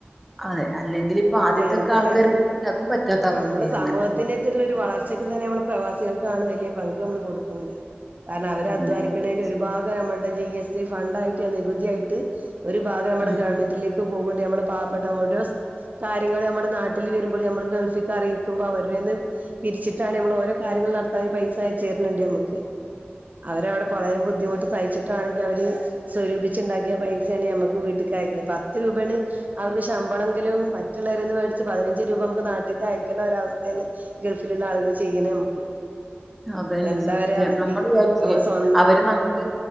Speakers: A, in the centre; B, on the right.
A: അതെ അല്ലെങ്കിൽ ഇപ്പൊ ആദ്യത്തൊക്കെ
B: എന്തിനാ
A: ആൾക്കാർക്കാണെങ്കിൽ അതും പറ്റാത്ത അവസ്ഥയായിരുന്നല്ലോ
B: നമ്മുടെ സമൂഹത്തിനറ്റുള്ള ഒരു വളർ ച്ചക്ക് തന്നെ നമ്മള് പ്രവാസികൾക്കാണ് വലിയ പങ്ക് നമ്മള് കൊടുക്കുന്നത് കാരണം അവരെ
A: പിന്നെ
B: അധ്വാനിക്കണതിന്റെ
A: തീർച്ചയായിട്ടും
B: ഒരു ഭാഗം നമ്മുടെ ജി എസ് ടി ഫണ്ട് ആയിട്ട് നികുതിയായിട്ട് ഒരു ഭാഗം നമ്മടെ
A: ഉം
B: ഗവൺമെന്റിലേക്ക് പോക്ണ്ട് നമ്മള് പാവപ്പെട്ട ഓരോ കാര്യങ്ങൾ നമ്മുടെ നാട്ടിൽ വരുമ്പോൾ നമ്മൾ ഗൾഫക്ക് അറിയിക്കുമ്പോൾ അവരുടെന്ന് പിരിച്ചിട്ടാണ് നമ്മൾ ഓരോ കാര്യങ്ങൾ നടത്ത ഒരു പൈസ സ അയച്ച് തരുനുണ്ട് നമ്മക്ക് അവരവിടെ <unintelligible> ബുദ്ധിമുട്ട് സഹിച്ചിട്ടണെങ്കിൽ അവര് സ്വരൂപിച്ചിണ്ടാക്കിയ പൈസയാണ് നമ്മുക്ക് വീട്ട്ക്ക് അയക്ക്ണ് പത്ത് രൂപയാണ് അവർക്ക് ശമ്പളെങ്കിലും മറ്റുള്ളവരെന്ന് മേടിച്ച് പതിനഞ്ച് രൂപ നമുക്ക് നാട്ടില്ക്ക് അയക്കണ ഒരവസ്ഥയാണ് ഗൾഫിലുള്ള ആളുകൾ ചെയ്യണേ നമുക്ക്
A: അതന്നെ
B: എന്താ
A: സത്യ
B: അവരെ അവധി
A: നമ്മൾ വിചാരിക്കേ
B: നമ്മുടെ സ്വ
A: അവര് നമുക്ക്